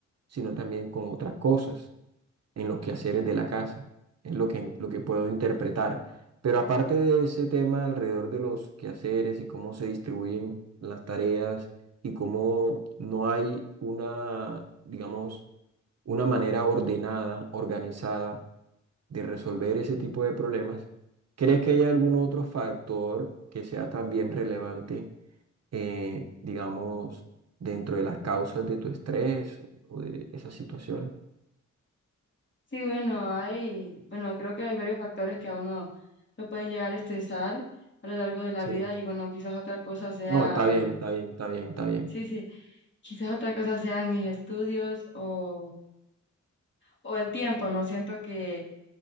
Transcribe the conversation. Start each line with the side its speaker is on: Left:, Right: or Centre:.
Right: sino también con otras cosas en los quehaceres de la casa. Es lo que, lo que puedo interpretar. Pero aparte de ese tema alrededor de los quehaceres y cómo se distribuyen las tareas y cómo no hay una, digamos, una manera ordenada, organizada de resolver ese tipo de problemas, ¿crees que hay algún otro factor que sea también relevante, eh, digamos, dentro de las causas de tu estrés o, o de esas situaciones?
Left: Sí, bueno, hay, bueno, creo que hay varios factores que a uno lo pueden llegar a estresar a lo largo de la
Right: Sí.
Left: vida y bueno, quizás otra cosa sea,
Right: No, está bien, está bien, está bien, está bien.
Left: sí, sí, quizás otra cosa sean mis estudios o, o el tiempo, ¿no? Siento que,